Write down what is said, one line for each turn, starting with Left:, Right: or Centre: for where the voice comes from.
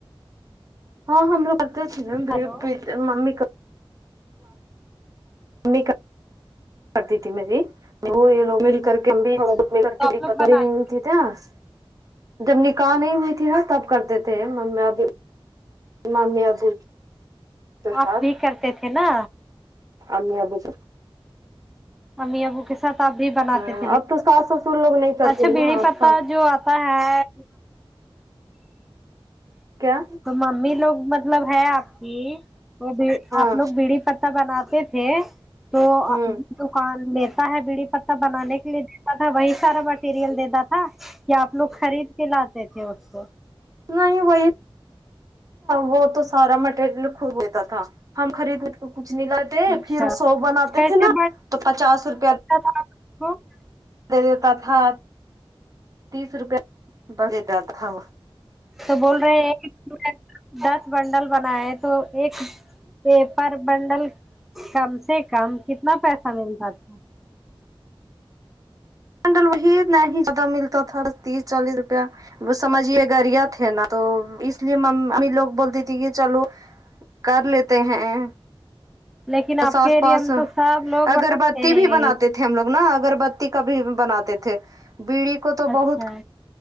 Right: ہاں ہم لوگ کرتے تھے بڑی
Centre: ہلو
Right: ممی کرت نک کرتی تھی میں بھی وہ یہ لوگ مل کر کے کے
Centre: اچھا
Right: ہم بھی
Centre: تو آپ لوگ بنانے
Right: ٹی تس جب نکاح نہیں ہوئی تھی نا تب کرتے تھے ممی ابھی ممی ابو کے
Centre: آپ
Right: ساتھ
Centre: بھی کرتے تھے نا
Right: امی ابو صرف
Centre: امی ابو کے ساتھ آپ بھی بناتے
Right: ہاں
Centre: تھے بیڑی
Right: اب تو
Centre: پتہ
Right: ساس سسر لوگ نہیں کرتے
Centre: اچھا
Right: نا
Centre: بیڑی
Right: اب
Centre: پتہ
Right: ساس
Centre: جو آپ ہوتا ہے
Right: کیا
Centre: ممی لوگ مطلب مطلب ہے آپ کی وہ بی
Right: ہاں
Centre: آپ لوگ بیڑی پتہ بناتے تھے تو
Right: ہوں
Centre: دکان لیتا ہے بیڑی پتہ بنانے کے لیے دیتا تھا وہی سارا مٹیریل دیتا تھا یا آپ لوگ خرید کے لاتے تھے اس کو
Right: نہیں وہی وہ تو سارا مٹیریل خود دیتا تھا ہم خریدنے تو کچھ نہیں لاتے تے
Centre: اچھا
Right: پھر سو بناتے
Centre: کیسے
Right: تھے نا تو پچاس روپیہ
Centre: <unintelligible>
Right: دے دیتا تھا تیس روپے دیتا تھا وہ
Centre: تو بول رہے ہیں کے دس بنڈل بنائے تو ایک پیپر بنڈل کم سے کم کتنا پیسہ ملتا تھا
Right: بنڈل وہی نہیں ہی زیادہ ملتا تھا تیس چالیس روپیہ وہ سمجھ لے گا ریا تھے نا تو اس لیے مام امی لوگ بولتے تھے کہ چلو کر لیتے ہیں
Centre: لیکن آپ
Right: بس
Centre: کے
Right: آس
Centre: ایریا
Right: پاس
Centre: میں تو سب لوگ
Right: اگربتی
Centre: بناتے ہیں
Right: بھی
Centre: یہی
Right: بناتے تھے تھے ہم لوگ نا اگربتی کا بھی بناتے تھے بیڑی کو تو
Centre: اچھا
Right: بہت